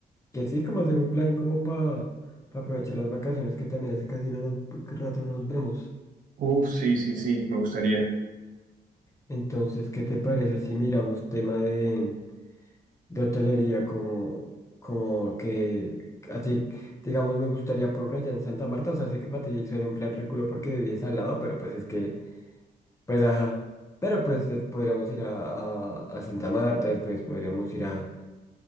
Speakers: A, on the left; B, on the right.
A: que sí, como hacer un plan como para aprovechar las vacaciones que también hace casi no nos, que rato no nos vemos.
B: Uf, sí, sí, sí, me gustaría.
A: Entonces, ¿qué te parece si miramos tema de hotelería, como, como que a ti, digamos, me gustaría por allá en Santa Marta, o sea, sé que para ti suena un plan reculo porque vives al lado, pero pues es que, pues ajá, pero pues eh, podríamos ir a, a, a Santa Marta, después podríamos ir a